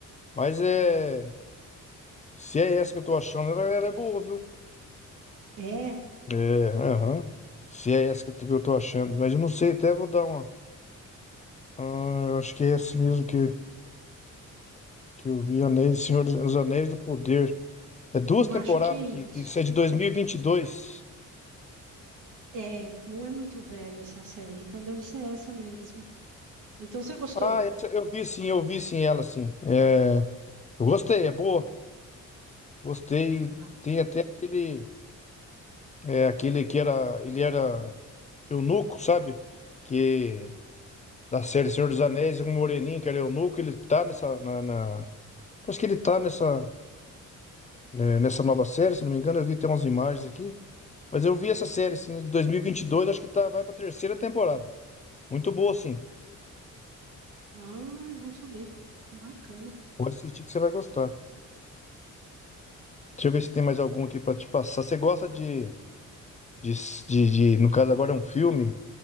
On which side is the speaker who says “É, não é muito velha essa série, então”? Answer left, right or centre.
Right